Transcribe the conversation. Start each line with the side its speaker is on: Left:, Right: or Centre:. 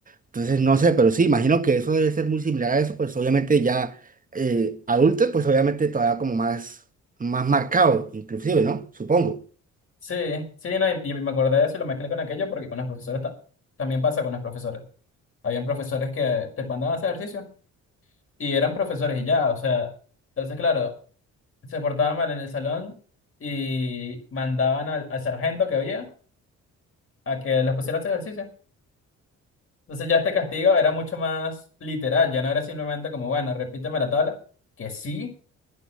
Right: entonces no sé, pero sí, imagino que eso debe ser muy similar a eso, pues obviamente ya eh, adultos, pues obviamente todavía como más, más marcado, inclusive, ¿no? Supongo.
Left: Sí, sí, no, y, y me acordé de eso y lo mezclé con aquello porque con los profesores ta- también pasa con los profesores. Habían profesores que te mandaban a hacer ejercicio y eran profesores y ya, o sea, entonces claro, se portaban mal en el salón y mandaban al, al sargento que había a que los pusiera a hacer ejercicio. Entonces ya este castigo era mucho más literal, ya no era simplemente como, bueno, repíteme la tabla, que sí